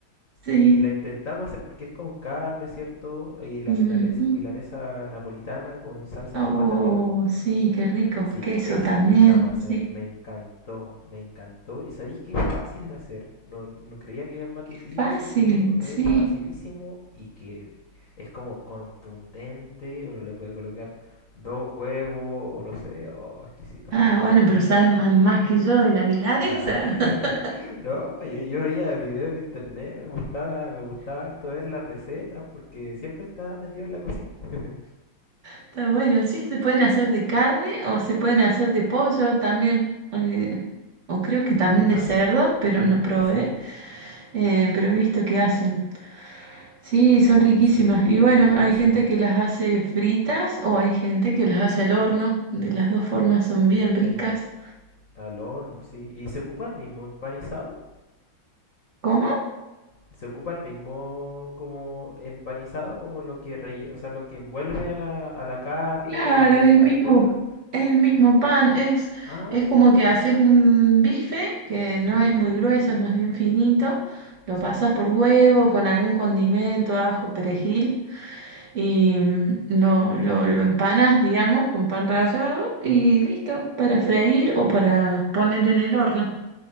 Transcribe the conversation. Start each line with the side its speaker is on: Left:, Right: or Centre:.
Right: sí.
Left: Y la intentamos hacer porque es con carne, ¿cierto? Y la
Right: ujú.
Left: milanesa, milanesa napolitana con salsa
Right: Oh,
Left: de tomate arriba.
Right: sí, qué rico.
Left: Sí,
Right: Queso
Left: esa
Right: también,
Left: intentamos hacer.
Right: sí.
Left: Me encantó, me encantó. Y sabéis que es fácil de hacer. No, no creía que es más
Right: Qué
Left: difícil,
Right: fácil,
Left: pero
Right: sí.
Left: es facilísimo y que es como contundente. Uno le puede colocar dos huevos o no sé. Oh, exquisito.
Right: Ah, bueno, pero sabes más, más que yo de la milanesa.
Left: Ah,
Right: <laughs>
Left: <laughs> No, yo, yo veía videos en internet, me gustaba, me gustaba harto ver las recetas porque siempre estaba metido en la cocina. <laughs>
Right: Está bueno, sí, se pueden hacer de carne o se pueden hacer de pollo también. eh, o creo que también
Left: Claro,
Right: de cerdo, pero no probé.
Left: sí,
Right: eh, pero he visto que hacen. Sí, son
Left: qué
Right: riquísimas.
Left: exquisito,
Right: Y bueno,
Left: qué exquisito.
Right: hay gente que las hace fritas o hay gente que las hace al horno. De las dos formas son bien
Left: Mm.
Right: ricas.
Left: Al horno, sí. ¿Y se ocupa el mismo empanizado?
Right: ¿Cómo?
Left: ¿Se ocupa el mismo como empanizado como lo que relle- o sea, lo que envuelve a la, a la carne
Right: Claro,
Left: o al,
Right: es el mismo,
Left: al pollo?
Right: es el mismo pan, es,
Left: Ah,
Right: es como
Left: claro.
Right: que haces un bife que no
Left: Ujú,
Right: es muy grueso, es más bien finito, lo
Left: Sí,
Right: pasas por huevo con algún condimento, ajo, perejil y mm, lo, lo, lo empanas, digamos, con pan rallado y listo, para freír o para poner en el horno.